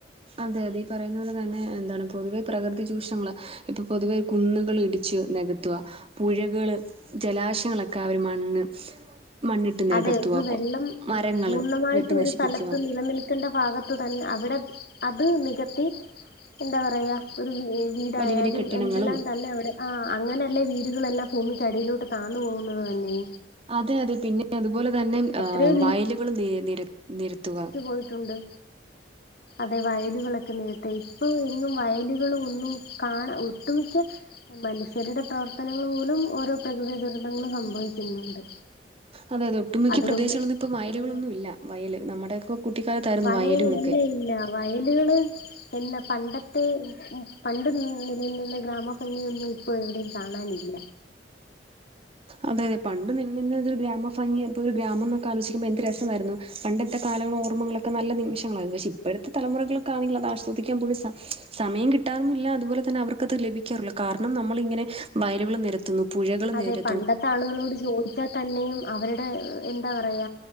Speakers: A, on the right; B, on the left.
A: അതെ അതെ ഈ പറയുന്ന പോലെ തന്നെ എന്താണ് പൊതുവെ പ്രകൃതി ചൂഷണങ്ങൾ ഇപ്പോ പൊതുവെ കുന്നുകൾ ഇടിച്ച് നികത്തുക. പുഴകള് ജലാശയങ്ങളൊക്കെ അവര് മണ്ണ് മണ്ണിട്ട് നികത്തുക
B: അതെ ഒരു വെള്ളം
A: മരങ്ങള്
B: പൂർണമായിട്ട്
A: വെട്ടി
B: ഒരു
A: നശിപ്പിക്കുക
B: സ്ഥലത്ത് നിലനിൽ ക്കണ്ട ഭാഗത്ത് തന്നെ അവിടെ അത് നികത്തി എന്ത പറയ ഒരു <unintelligible> വീടായാലും
A: വലിയ വലിയ കെട്ടിടങ്ങളും
B: എന്തെല്ലാം തന്നെ അവിടെ ആഹ് അങ്ങനെയല്ലേ വീടുകളെല്ലാം ഭൂമിക്കടിയിലോട്ട് താന്നു പോകുന്നത് തന്നെ
A: അതെ അതെ പിന്നെ അതുപോലെ തന്നെ
B: എത്രയോ
A: ആഹ് വയലുകളും നി നിരത്തുക.
B: പോയിട്ടുട്ട്, അതെ വയലുകളൊ ക്കെ നേരത്തെ ഇപ്പോൾ എന്നും വയലുകളും ഒന്നും കാണാ ഒട്ടുമിക്കെ മനുഷ്യരുടെ പ്രവർത്തനങ്ങൾ മൂലം ഓരോ പ്രകൃതി ദുരന്തങ്ങളും സംഭവിക്കുന്നുണ്ട്.
A: അതെ അതെ ഒട്ടുമിക്ക
B: അതുകൊണ്ട്
A: പ്രദേശങ്ങളൊന്നും ഇപ്പൊ വയലുകളൊന്നുമില്ല,
B: അതെ
A: വയല് നമ്മുടെയൊക്കെ കുട്ടിക്കാലത്തായിരുന്നു
B: വയൽ
A: വയലുമൊക്കെ
B: ഇല്ല ഇല്ല വയലുകള് പിന്നെ പണ്ടത്തെ പണ്ട് നിലനിന്ന ഗ്രാമ ഭംഗിയൊന്നും ഇപ്പോ എവിടെയും കാണാനില്ല.
A: അതെ പണ്ട് നിലനിന്നുന്നൊരു ഗ്രാമ ഭംഗി ഇപ്പോ ഒരു ഗ്രാമം എന്നൊക്കെ ആലോചിക്കുമ്പോ എന്ത് രസമായിരുന്നു, പണ്ടത്തെ കാലങ്ങൾ ഓർമ്മളൊക്കെ എത്ര നല്ല നിമിഷങ്ങളായിരുന്നു പക്ഷെ ഇപ്പൊഴത്തെ തലമുറകൾക്കാണെങ്കിൽ അത് ആസ്വദിക്കാൻ പോലും സ സമയം കി കിട്ടാനില്ല അതുപോലെ തന്നെ അവർക്കത് ലഭിക്കാറില്ല കാരണം നമ്മളിങ്ങനെ വയലുകൾ നിരത്തുന്നു പുഴകൾ
B: അതെ
A: നിര
B: പണ്ടത്തെ ആളുകളോട് ചോദിച്ചാൽ തന്നെയും അവരുടെ എന്താ പറയ